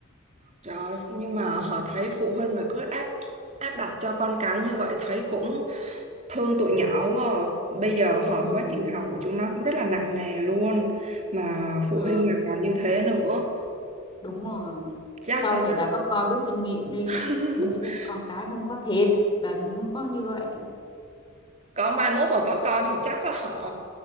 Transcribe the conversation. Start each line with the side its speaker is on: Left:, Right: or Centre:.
Right: Trời, nhưng mà họ thấy phụ huynh mà cứ áp áp đặt cho con cái như vậy thấy cũng thương tụi nhỏ quá à. Bây giờ họ
Left: ừ
Right: quá trình học của chúng nó cũng rất là nặng nề luôn mà phụ
Left: ờ,
Right: huynh là còn như thế nữa
Left: đúng rồi
Right: chắc
Left: sau
Right: là
Left: này bà có con rút kinh nghiệm đi
Right: <laughs>
Left: để cho con cái không có thiệt bệnh không có như vậy
Right: có mai mốt mà có con thì chắc á, họ